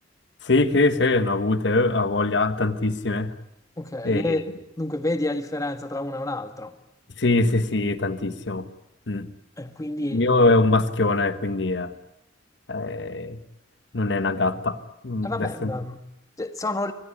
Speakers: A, on the left; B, on the left.
A: Sì, che sì, ne ho avute, eh, ho voglia, tantissime.
B: Ok, e
A: E-
B: dunque vedi la differenza tra una e un'altra.
A: Sì, sì, sì, tantissimo. Mm. Il
B: E quindi,
A: mio è un maschione, quindi eh, eh, non è una gatta. Mm,
B: e vabbè,
A: Adesso...
B: ma- cioè, sono-